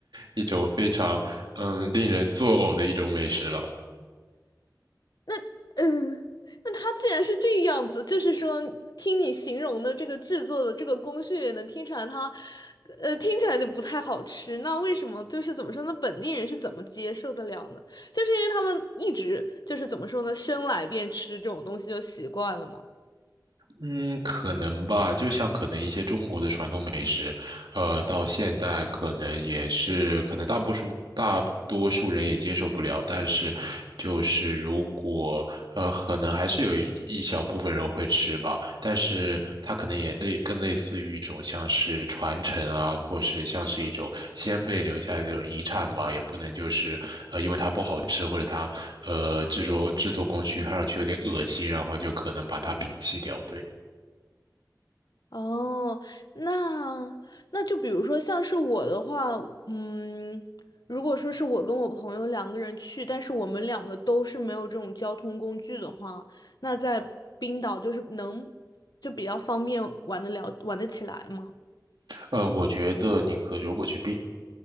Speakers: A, on the right; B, on the left.
A: 一种非常嗯令人作呕的一种美食了。
B: 那嗯，那它既然是这样子，就是说，听你形容的这个制作的这个工序，也能听出来它，呃，听起来就不太好吃。那为什么就是怎么说呢？本地人是怎么接受得了呢？就是因为他们一直就是怎么说呢，生来便吃这种东西就习惯了嘛。
A: 嗯，可能吧，就像可能一些中国的传统美食，呃，到现代可能也是，可能大多数大多数人也接受不了，但是就是如果呃，可能还是有一一小部分人会吃吧，但是它可能也类更类似于一种像是传承啊，或是像是一种先辈留下来的这种遗产吧，也不能就是呃，因为它不好吃或者它呃制作制作工序看上去有点恶心，然后就可能把它摒弃掉，对。
B: 哦，那那就比如说像是我的话，嗯，如果说是我跟我朋友两个人去，但是我们两个都是没有这种交通工具的话，那在冰岛就是能就比较方便玩得了，玩得起来吗？
A: 呃，我觉得你可如果去冰，